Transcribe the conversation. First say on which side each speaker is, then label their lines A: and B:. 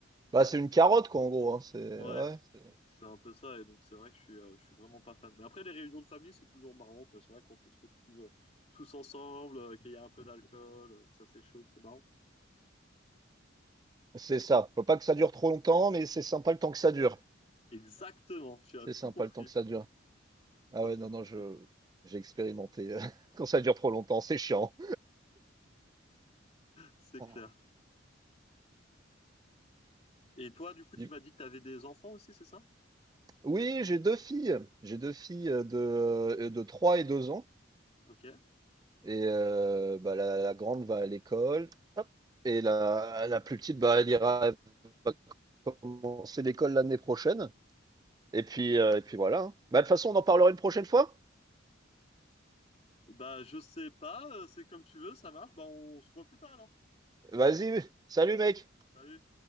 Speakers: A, on the right (about 20°); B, on the left (about 35°).
A: Bah c'est une carotte, quoi, en gros, hein. C'est,
B: Ouais,
A: ouais, c'est
B: c'est un peu ça. Et donc, c'est vrai que je suis, euh, je suis vraiment pas fan. Mais après, les réunions de famille, c'est toujours marrant, quoi. C'est vrai, quand on se retrouve euh, tous ensemble, euh, qu'il y a un peu d'alcool, euh, que ça s'échauffe, c'est marrant.
A: c'est ça. Faut pas que ça dure trop longtemps, mais c'est sympa le temps que ça dure.
B: Exactement, tu as
A: C'est
B: tout
A: sympa
B: compris.
A: le temps que ça dure. Ah
B: T'as
A: ouais,
B: tout
A: non,
B: compris.
A: non, je, j'ai expérimenté. euh, <laughs> Quand ça dure trop longtemps, c'est chiant.
B: C'est
A: ah.
B: clair. Et toi, du coup, tu
A: Dis-
B: m'as dit que tu avais des enfants aussi, c'est ça?
A: Oui, j'ai deux filles. J'ai deux filles euh, de, euh, de 3 et 2 ans.
B: Ok.
A: Et heu, bah, la la grande va à l'école, hop et la la plus petite, bah, elle ira elle va commencer l'école l'année prochaine et puis, heu et puis voilà, hein. Bah, de toute façon, on en parlera une prochaine fois.
B: Bah, je sais pas, euh, c'est comme tu veux, ça marche. Bah, on se voit plus tard alors.
A: Vas-y, salut mec!
B: Salut.